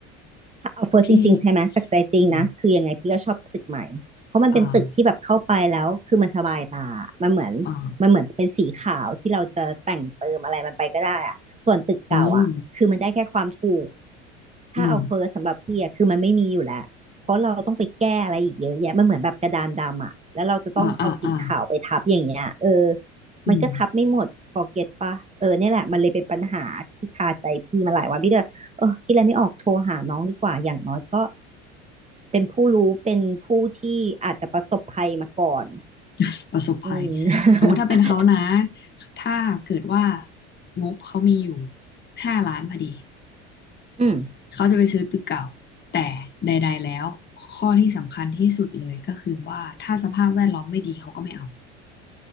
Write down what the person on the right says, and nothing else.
ถ้าเอาเฟิร์สจริงๆใช่ไหมจากใจจริงนะคือยังไงพี่ก็ชอบตึกใหม่เพราะมันเป็นตึกที่แบบเข้าไปแล้วคือมันสบายตามันเหมือนมันเหมือนเป็นสีขาวที่เราจะแต่งเติมอะไรมันไปก็ได้อะส่วนตึกเก่าอะคือมันได้แค่ความถูก
ถ้าเอาเฟิร์สสำหรับพี่อะคือมันไม่มีอยู่แล้วเพราะเราต้องไปแก้อะไรอีกเยอะแยะมันเหมือนแบบกระดานดำอะแล้วเราจะต้องเอาสีขาวไปทับอย่างเงี้ยเออ
มันก็ทับไม่หมดพอเก็ตปะเออเนี่ยแหละมันเลยเป็นปัญหาที่คาใจพี่มาหลายวันพี่ก็เลยเออคิดอะไรไม่ออกโทรหาน้องดีกว่าอย่างน้อยก็เป็นผู้รู้เป็นผู้ที่อาจจะประสบภัยมาก่อน
อืม <laughs>
อืม <laughs>